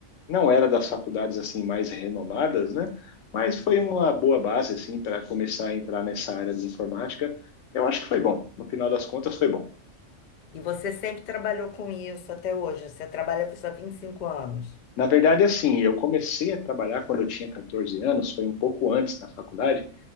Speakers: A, on the left; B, on the left.
A: Não era das faculdades assim mais renomadas, né? Mas foi uma boa base assim para começar a entrar nessa área de informática. Eu acho que foi bom. No final das contas, foi bom.
B: E você sempre trabalhou com isso até hoje? Você trabalha com isso há 25 anos.
A: Na verdade, assim, eu comecei a trabalhar quando eu tinha 14 anos, foi um pouco antes da faculdade,